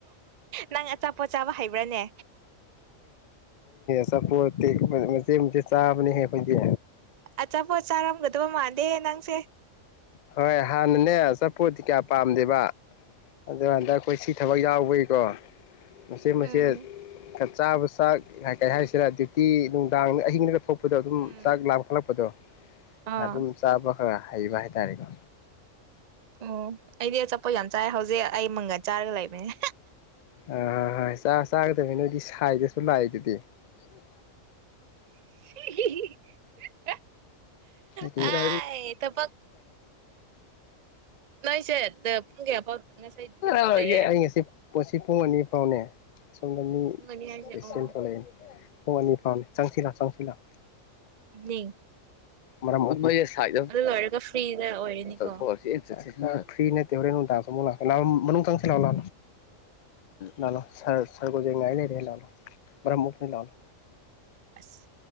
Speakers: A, on the right; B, on the left.
A: ꯅꯪ ꯑꯆꯥꯄꯣꯠ ꯆꯥꯕ ꯍꯩꯕ꯭ꯔꯥꯅꯦ
B: ꯆꯄꯣꯠꯇꯤ ꯃꯆꯦ ꯃꯆꯦ ꯆꯥꯕꯅꯦꯍꯦ ꯑꯩꯈꯣꯏꯒꯤ
A: ꯑꯆꯥꯄꯣꯠ ꯆꯥꯔꯝꯒꯗꯕ ꯃꯥꯟꯗꯦꯌꯦ ꯅꯪꯁꯦ
B: ꯍꯣꯏ ꯍꯥꯟꯅꯅꯦ ꯆꯠꯄꯣꯗꯤ ꯀꯌꯥ ꯄꯥꯝꯗꯦꯕ ꯑꯗꯨꯣ ꯍꯟꯗꯛ ꯑꯩꯈꯣꯏ ꯁꯤ ꯊꯕꯛ ꯌꯥꯎꯕꯒꯤꯀꯣ ꯃꯆꯦ ꯃꯁꯦ
A: ꯎꯝ
B: ꯆꯥꯕ ꯆꯥꯛ ꯀ ꯀꯩ ꯍꯥꯏꯔꯤꯁꯤꯔ ꯗ꯭ꯌꯨꯇꯤ ꯅꯨꯡꯗꯥꯡ ꯑꯍꯤꯡꯗꯨꯗ ꯊꯣꯛꯄ ꯗꯣ ꯑꯗꯨꯝ
A: ꯎꯝ
B: ꯆꯥꯛ ꯂꯥ ꯈꯠꯂꯛꯄꯗꯣ
A: ꯑꯥ
B: ꯑꯗꯨꯝ ꯆꯥꯕ ꯍꯥꯏꯕ ꯍꯥꯏ ꯌꯥꯔ ꯀ
A: ꯑꯣ ꯑꯩꯗꯤ ꯑꯆꯥꯄꯣꯠ ꯌꯥꯝ ꯆꯥꯏ ꯍꯧꯖꯤꯛ ꯑꯩ ꯃꯪꯒꯟ ꯆꯥꯔꯒ ꯂꯩꯕꯅꯦ
B: ꯑ ꯍꯣꯏ ꯆꯥꯒꯗꯕꯅꯤꯅꯗꯤ ꯁꯥꯏꯗꯁꯨ ꯂꯥꯛꯏꯦ ꯑꯗꯨꯗꯤ ꯍꯅ
A: <unintelligible>
B: ꯁꯤꯅꯦꯗ
A: ꯑꯥꯏ ꯊꯕꯛ ꯅꯣꯏꯁꯦ ꯄꯨꯡ ꯀꯌꯥ ꯐꯥꯎ ꯉꯁꯥꯏ ꯗ꯭ꯌꯨꯇꯤ
B: ꯑꯗꯨ
A: ꯂꯩꯌꯦ
B: ꯆꯪ ꯁꯤ ꯄꯣꯠꯁꯤ ꯄꯨꯡ ꯑꯅꯤ ꯐꯥꯎꯅꯦ ꯑꯁꯣꯝꯗ ꯃꯤꯁꯤ
A: ꯄꯨꯡ ꯑꯅꯤ ꯍꯥꯏꯁꯦ ꯑꯣ
B: ꯊꯣꯛꯣꯔꯛ ꯄꯨꯡ ꯑꯅꯤ ꯐꯥꯝꯅꯤ ꯆꯪꯁꯤꯜꯂꯛꯑꯣ ꯆꯪꯁꯤꯜꯂꯥꯛꯑꯣ
A: ꯏꯕꯅꯤ
B: ꯃ ꯁꯥꯏꯦ
A: ꯂꯣꯏꯔꯒ ꯐ꯭ꯔꯤꯗ ꯑꯣꯏꯔꯅꯤꯀꯣ
B: ꯆꯊꯣꯛꯑ ꯆꯁꯤ ꯐ꯭ꯔꯤ ꯅꯠꯇꯦ ꯍꯣꯔꯦꯟ ꯅꯨꯡ ꯇ ꯑꯃꯨꯛ ꯂꯥꯛ ꯂꯥꯛꯑꯣ ꯆꯪꯁꯤ ꯂꯥꯛꯑꯣ ꯂꯥꯛꯣ ꯂꯣ ꯉꯥꯏ ꯂꯩꯔꯦ ꯂꯥꯛꯑꯣꯣ ꯃꯔꯝꯨꯛ ꯂꯥꯛꯑꯣꯣ
A: ꯑꯁ